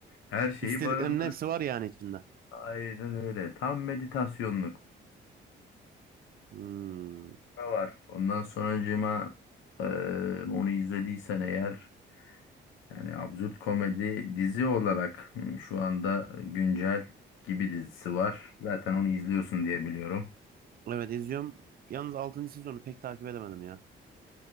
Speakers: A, on the left; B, on the right.
A: Her şeyi
B: İstediklerimin
A: barındırıyor.
B: hepsi var yani içinde.
A: Aynen öyle. Tam meditasyonluk.
B: Hmm.
A: Ne var? Ondan sonracığıma eee onu izlediysen eğer Yani absürt komedi dizi olarak hmm, şu anda güncel gibi dizisi var. Zaten onu izliyorsun diye biliyorum.
B: Evet izliyorum. Yalnız 6. sezonu pek takip edemedim ya.